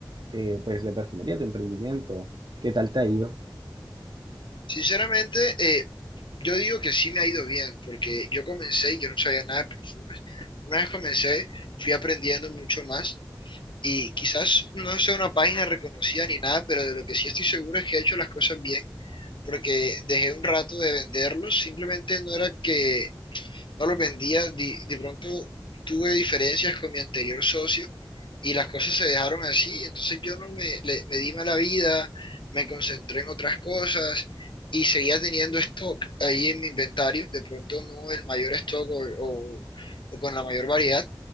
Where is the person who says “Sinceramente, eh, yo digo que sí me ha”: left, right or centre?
Left